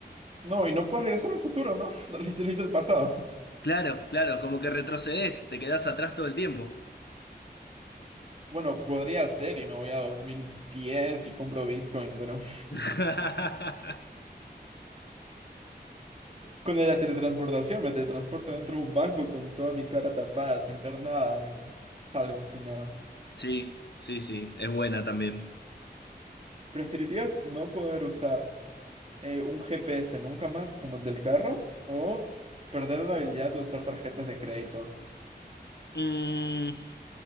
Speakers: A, on the right (about 35°); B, on the left (about 80°).
A: No, y no puedo regresar al futuro, ¿no? <laughs> Solo hice, lo hice el pasado.
B: Claro, claro, como que retrocedes, te quedás atrás todo el tiempo.
A: Bueno, podría ser y me voy a 2010 y compro Bitcoin, pero <laughs>
B: <laughs>
A: con la teletransportación me teletransporto dentro de un banco con toda mi cara tapada, sin ver nada y salgo sin nada.
B: Sí, sí, sí, es buena también.
A: ¿Preferirías no poder usar eh, un GPS nunca más como el del carro o perder la habilidad de usar tarjetas de crédito?
B: Mm,